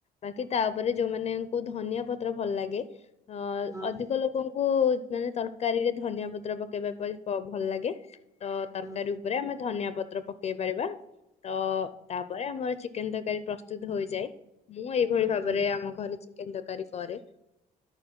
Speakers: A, on the left (about 40°); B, on the right (about 20°).
A: ବାକି ତା ଉପରେ ଯୋଉ ମାନଙ୍କୁ ଧନିଆ ପତ୍ର ଭଲ ଲାଗେ ଅ
B: ହଁ
A: ଅଧିକ ଲୋ କଙ୍କୁ ମାନେ ତରକାରୀ ରେ ଧନିଆ ପତ୍ର ପକେଇବା ପାଇଁ ବ ଭଲ ଲାଗେ। ତ ତରକାରୀ
B: ହୁଁ
A: ଉପରେ ଆମେ ଧନିଆ ପତ୍ର ପ କେଇ ପାରିବା ତ ତାପରେ ଆମର ଚିକେନ୍ ତରକାରୀ ପ୍ରସ୍ତୁତ ହୋଇଯାଏ। ମୁଁ ଏଇଭଳି ଭାବରେ
B: ହୁଁ
A: ଆମ ଘରେ ଚିକେନ୍ ତରକାରୀ କରେ।